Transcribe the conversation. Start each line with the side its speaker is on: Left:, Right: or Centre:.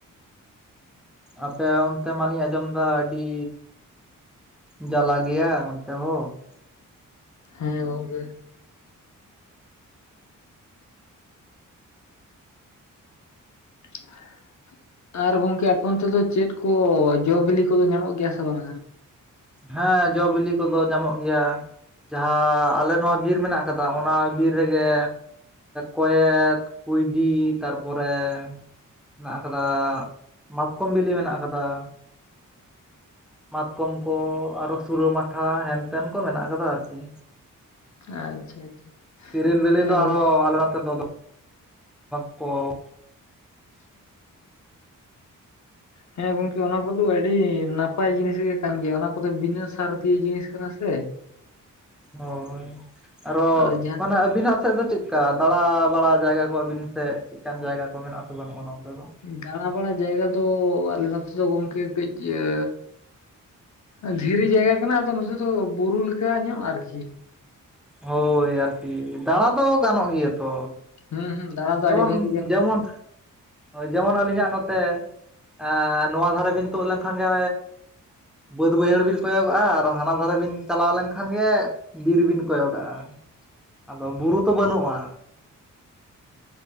Centre: ᱟᱯᱮ ᱚᱱᱛᱮ ᱢᱟᱞᱤᱧ ᱟᱸᱡᱚᱢ ᱮᱫᱟ ᱟᱹᱰᱤᱼᱼ ᱡᱟᱞᱟ ᱜᱮᱭᱟ ᱚᱱᱛᱮ ᱦᱚᱸ ᱾
Left: ᱦᱮᱸ ᱜᱚᱝᱠᱮ <inaudible> ᱟᱨ ᱜᱚᱝᱠᱮ ᱟᱯᱮ ᱚᱱᱛᱮ ᱫᱚ ᱪᱮᱫ ᱠᱚ ᱡᱚ ᱵᱤᱞᱤ ᱠᱚᱫᱚ ᱧᱟᱢᱚᱜ ᱜᱮᱭᱟ ᱥᱮ ᱵᱟᱝ?
Centre: ᱦᱮᱸ ᱡᱚ ᱵᱤᱞᱤ ᱠᱚᱫᱚ ᱧᱟᱢᱚᱜ ᱜᱮᱭᱟ᱾ ᱡᱟᱦᱟᱸ ᱟᱞᱮ ᱱᱚᱣᱟ ᱵᱤᱨ ᱢᱮᱱᱟᱜ ᱠᱟᱫᱟ ᱚᱱᱟ ᱵᱤᱨ ᱨᱮᱜᱮ ᱠᱚᱭᱮᱛ ᱠᱩᱭᱰᱤ ᱛᱟᱨᱯᱚᱨᱮ ᱦᱮᱱᱟᱜ ᱟᱠᱟᱫᱟ ᱢᱟᱛᱠᱚᱢ ᱵᱤᱞᱤ ᱢᱮᱱᱟᱜ ᱟᱠᱟᱫᱟ᱾ ᱢᱟᱛᱠᱚᱢ ᱠᱚ ᱟᱨᱚ ᱥᱩᱨᱟᱹ ᱢᱟᱴᱷᱟ ᱦᱮᱱ ᱛᱮᱱ ᱠᱚ ᱢᱮᱱᱟᱜ ᱠᱟᱫᱟ ᱟᱨᱠᱤ᱾
Left: ᱟᱪᱪᱷᱟ ᱟᱪᱪᱷᱟ
Centre: ᱛᱤᱨᱤᱞ ᱵᱤᱞᱤ
Left: ᱮ
Centre: ᱫᱚ
Left: ᱜᱚᱝ
Centre: ᱟᱨᱦᱚᱸ ᱟᱞᱮ ᱱᱚᱛᱮ ᱫᱚ <inaudible> ᱠᱚ
Left: <inaudible> ᱦᱮᱸ ᱜᱚᱝᱠᱮ ᱚᱱᱟ ᱠᱚ ᱫᱚ ᱟᱹᱰᱤ ᱱᱟᱯᱟᱭ ᱡᱤᱱᱤᱥ ᱜᱮ ᱠᱟᱱ ᱜᱮᱭᱟ ᱚᱱᱟ ᱠᱚᱫᱚ ᱵᱤᱱᱟᱹ ᱥᱟᱨ ᱫᱤᱭᱮ ᱡᱤᱱᱤᱥ ᱠᱟᱱᱟ ᱥᱮ
Centre: ᱦᱚᱭ ᱟᱨᱚ
Left: ᱟᱫᱚ ᱡᱟᱦᱟᱸ
Centre: ᱢᱟᱱᱮ ᱟᱵᱤᱱᱟᱜ ᱥᱮᱫ ᱫᱚ ᱪᱮᱫᱠᱟ ᱫᱟᱲᱟ ᱵᱟᱲᱟ ᱡᱟᱭᱜᱟ ᱠᱚ ᱟᱹᱵᱤᱱ ᱥᱮᱫ ᱪᱮᱫᱠᱟᱱ ᱡᱟᱭᱜᱟ ᱠᱚ ᱢᱮᱱᱟᱜᱼᱟ ᱥᱮ ᱵᱟᱹᱱᱩᱜᱼᱟ ᱚᱱᱛᱮ ᱫᱚ?
Left: ᱫᱟᱬᱟ ᱵᱟᱲᱟ ᱡᱟᱭᱜᱟ ᱫᱚ ᱟᱞᱮ ᱱᱚᱛᱮ ᱫᱚ ᱜᱚᱝᱠᱮ ᱠᱟᱹᱡ ᱟᱹ ᱫᱷᱤᱨᱤ ᱡᱟᱭᱜᱟ ᱠᱟᱱᱟ ᱟᱫᱚ ᱱᱚᱛᱮ ᱫᱚ ᱵᱩᱨᱩ ᱞᱮᱠᱟ ᱧᱚᱜ ᱟᱨᱠᱤ᱾
Centre: ᱦᱳᱭ ᱟᱨᱠᱤ ᱫᱟᱬᱟ ᱫᱚ ᱜᱟᱱᱚᱜ ᱜᱮᱭᱟ ᱛᱚ᱾
Left: ᱦᱩᱸ ᱦᱩᱸ ᱫᱟᱬᱟ ᱫᱚ
Centre: ᱡᱮᱢᱚᱱ
Left: ᱟᱹᱰᱤ ᱵᱷᱟᱹᱜᱤ ᱜᱟᱱᱚᱜ
Centre: ᱡᱮᱢᱚᱱ ᱡᱮᱢᱚᱱ ᱟᱹᱞᱤᱧᱟᱜ ᱱᱚᱛᱮ ᱮᱸ ᱱᱚᱣᱟ ᱫᱷᱟᱨᱮ ᱵᱤᱱ ᱛᱩᱫ ᱞᱮᱱᱠᱷᱟᱱ ᱮᱹ ᱵᱟᱹᱫ ᱵᱟᱹᱭᱦᱟᱹᱲ ᱵᱤᱱ ᱠᱚᱭᱚᱜᱚᱜᱼᱟ ᱟᱨ ᱦᱟᱱᱟ ᱫᱷᱟᱨᱮ ᱵᱤᱱ ᱪᱟᱞᱟᱣ ᱞᱮᱱᱠᱷᱟᱱ ᱜᱮ ᱵᱤᱨ ᱵᱤᱱ ᱠᱚᱭᱚᱜᱟᱜᱼᱟ ᱟᱫᱚ ᱵᱩᱨᱩ ᱛᱚ ᱵᱟᱹᱱᱩᱜᱼᱟ᱾